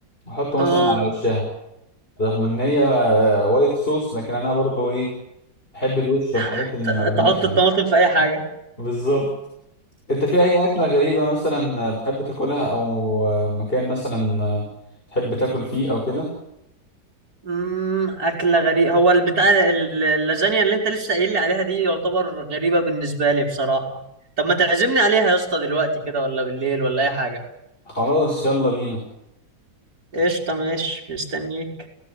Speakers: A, on the left (about 30°); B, on the right (about 55°).
A: احطه مثلا
B: اه
A: على وشها رغم ان هي وايت صوص لكن انا برضو ايه بحب الوش والحاجات
B: <laughs>
A: المقرمشه
B: تحط الطماطم
A: دي
B: في اي حاجه
A: بالظبط انت في اي اكله غريبه مثلا بتحب تاكلها او مكان مثلا تحب تاكل فيه او كده
B: امم اكله غريبه هو البتاع ال- اللازانيا اللي انت لسه قايل لي عليها دي يعتبر غريبه بالنسبه لي بصراحه طب ما تعزمني عليها يا اسطى دلوقتي كده ولا بالليل ولا اي حاجه
A: خلاص يلا بينا
B: قشطه ماشي مستنيك